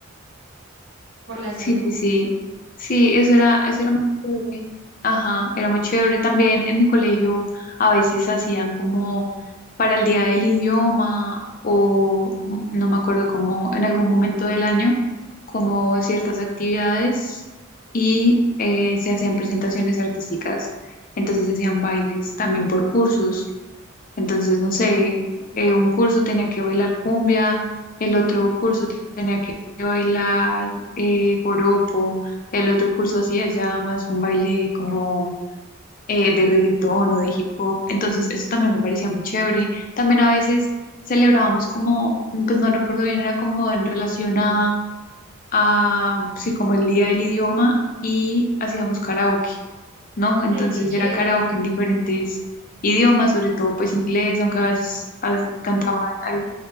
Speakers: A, on the right (about 65°); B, on the left (about 40°).
A: por la salud,
B: Sí, sí, sí.
A: por...
B: Sí, eso era, eso era muy chévere. Ajá, era muy chévere. También en mi colegio a veces hacían como para el día del idioma o mm, no me acuerdo como en algún momento del año, como ciertas actividades y eh, se hacían presentaciones artísticas. Entonces se hacían bailes también por cursos. Entonces, no sé, eh, un curso tenía que bailar cumbia, el otro curso te- tenía que bailar eh, joropo, el otro curso hacía ya más un baile como eh, de reggaetón o de hip hop. Entonces, eso también me parecía muy chévere. También a veces celebrábamos como, mm, pues no recuerdo bien, era como en relación a, a sí, como el día del idioma y hacíamos karaoke. ¿no? Entonces
A: Ay, qué chévere.
B: era karaoke en diferentes idiomas, sobre todo pues inglés, aunque a veces, a veces cantaban al-